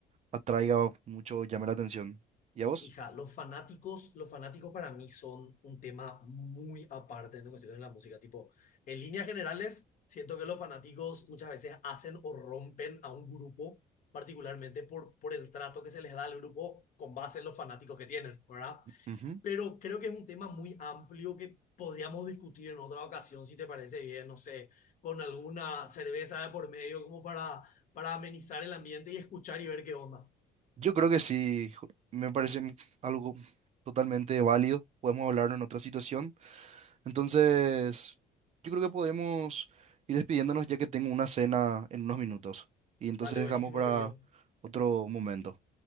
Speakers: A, on the right (about 40°); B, on the left (about 50°).
A: atraiga mucho, llame la atención. ¿Y a vos?
B: Hija, los fanáticos, los fanáticos para mí son un tema muy aparte en cuestión de la música. Tipo, en líneas generales, siento que los fanáticos muchas veces hacen o rompen a un grupo, particularmente por, por el trato que se les da al grupo con base en los fanáticos que tienen, ¿verdad?
A: Ujú.
B: pero creo que es un tema muy amplio que podríamos discutir en otra ocasión, si te parece bien, no sé, con alguna cerveza de por medio como para, para amenizar el ambiente y escuchar y ver qué onda.
A: Yo creo que sí, ju- me parece m- algo totalmente válido. Podemos hablarlo en otra situación. Entonces, yo creo que podemos ir despidiéndonos ya que tengo una cena en unos minutos. Y entonces
B: Dale,
A: dejamos
B: buenísimo,
A: para
B: querido.
A: otro momento.